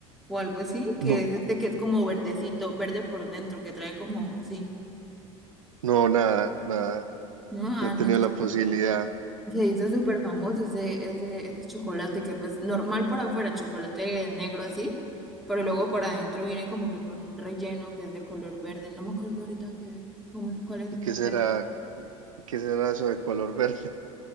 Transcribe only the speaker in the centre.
o algo así? Que
es este que es como verdecito, verde por dentro, que trae como, sí.
No, ah,
no, es que
se hizo se hizo súper famoso ese, ese, ese chocolate que pues normal por afuera, chocolate negro así, pero luego por adentro viene como que con un relleno que es de color verde. No me acuerdo ahorita que, cómo es- cuál es
el
nombre,